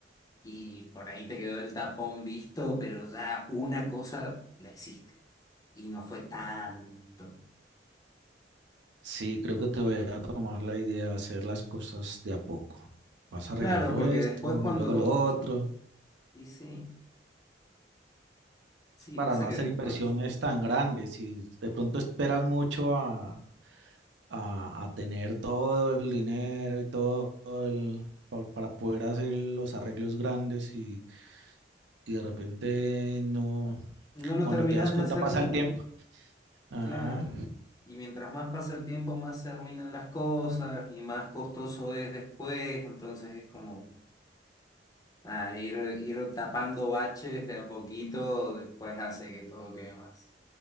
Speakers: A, on the left; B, on the right.
A: y por ahí te quedó el tapón visto, pero ya una cosa la hiciste y no fue tanto.
B: Sí, creo que te voy a tomar la idea de hacer las cosas de a poco. Vas arreglando
A: Claro, porque
B: esto,
A: después cuando...
B: luego lo otro,
A: Y sí, sí,
B: para
A: pasa
B: no hacer
A: que después
B: inversiones tan grandes. Si de pronto esperas mucho a, a, a tener todo el dinero y todo el, pa- para poder hacer los arreglos grandes y, y de repente no,
A: no lo
B: cuando
A: terminás
B: te das cuenta
A: de hacer
B: pasa
A: nunca,
B: el tiempo. Ajá,
A: claro. Y mientras más pasa el tiempo, más se arruinan las cosas y más costoso es después, entonces es como nada, ir, ir tapando baches de a poquito, después hace que todo quede más,